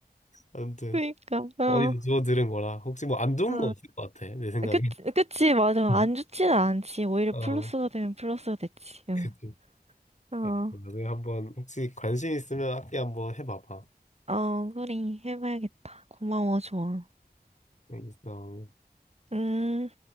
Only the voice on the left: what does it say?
아무튼
어디서 주워 들은 거라 혹시 뭐 안 좋은
거 없을 것 같아. 내 생각에.
음.
어,
그치.
네, 나중에 한번 혹시 관심 있으면 악기 한번 해봐봐.
알겠어.